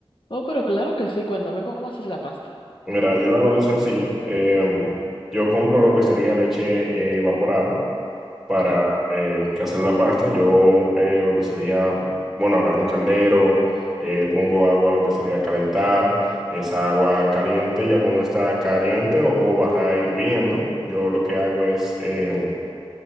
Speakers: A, on the left; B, in the centre.
A: Oh, pero claro que sí, cuéntame cómo haces la pasta.
B: Mira, yo lo hago lo sencillo. Eh, yo compro lo que sería leche eh, evaporada. para
A: Sí.
B: eh, que hacer la pasta. Yo eh, lo que sería, bueno, agarro un caldero, eh, pongo agua, lo que sería calentar, esa agua caliente, ya cuando está caliente o, o barra hirviendo, yo lo que hago es, eh,